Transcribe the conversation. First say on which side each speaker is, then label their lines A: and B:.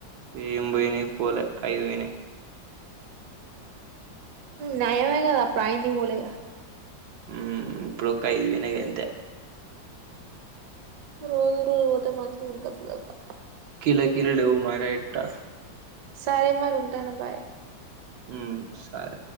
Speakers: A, on the right; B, on the right.
A: వెళబయినే పోలే అఐదువన
B: నయామ కదా ప్రయ ని బోలేగా
A: హ ఇప్పుడుకవి నాగ అంత
B: రోజు రోజు పోతే మంచిగా ఉ దబ్బ దబ్బ
A: కిలో కిలో లేవు మరే ఎట్టా
B: సరే మరి ఉంటాను బాయ్
A: ఉమ్ సరే